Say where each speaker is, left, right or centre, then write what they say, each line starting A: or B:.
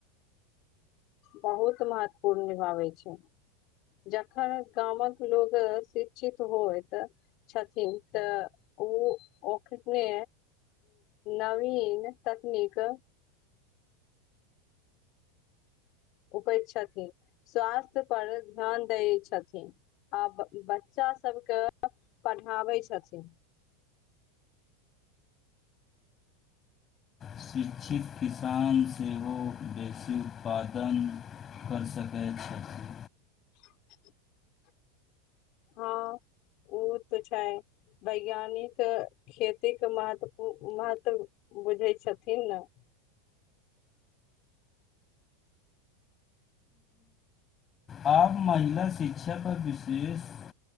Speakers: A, on the left; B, on the left.
A: बहुत महत्वपूर्ण निभाबै छै। जखन गामक लोक शिक्षित होइत छथिन त ओ ओखने नवीन तकनीक उपज छथिन। स्वास्थ्य पर ध्यान दै छथिन आ बच्चा सभके पढ़ाबै छथिन।
B: शिक्षित किसान सेहो बेसी उत्पादन करि सकैत छथि।
A: <unintelligible> हां, ओ त छै। वैज्ञानिक खेती के महत्व महत्व बुझै छथिन ने।
B: आ महिला शिक्षा पर विशेष